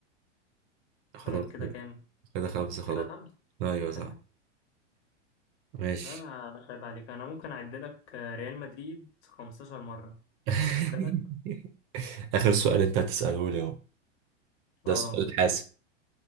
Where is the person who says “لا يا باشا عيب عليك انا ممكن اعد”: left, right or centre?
Left